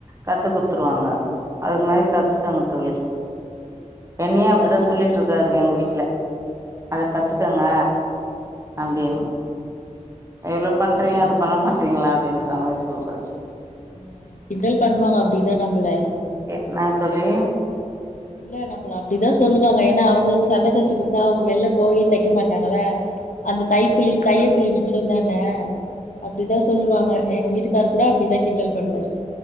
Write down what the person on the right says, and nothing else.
கத்து குத்துருவாங்க
அது மாரி கத்துக்கங்க
தோழி என்னியு
அப்டிதா
சொல்லிட்ருக்காரு எங்க வீட்ல அத கத்துக்கங்க
அப்டினு
இவ்ளோ பண்றீங்க
அத பண்ண மாட்றீங்களா அப்டின்ற மாரி சொல்றாரு
இன்னாங்க தோழி